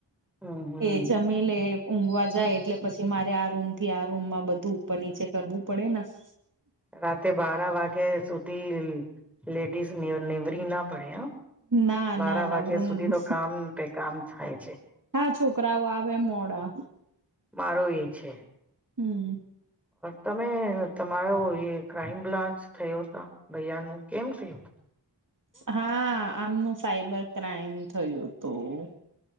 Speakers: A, in the centre; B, on the right.
A: હમ હમ
B: એ જમીલે ઊંઘવા જાય એટલે પછી મારે આ રૂમ થી આ રૂમમાં બધું ઉપર નીચે કરવું પડે ન.
A: રાતે બારા વાગે સુધી રીલ લેડીસ નીવરી ના પડે હા
B: ના
A: બારા
B: ના નવરું
A: વાગ્યા સુધી તો કામ પ કામ થાય છે.
B: હા છોકરાઓ આવે મોડા.
A: મારો એ છે.
B: હમ્મ.
A: તમે તમારો એ ક્રાઈમ બ્રાન્ચ થયો ત ભૈયા નું કેમ થિયું.
B: હા આમનું સાઈબર ક્રાઈમ થયું હતું.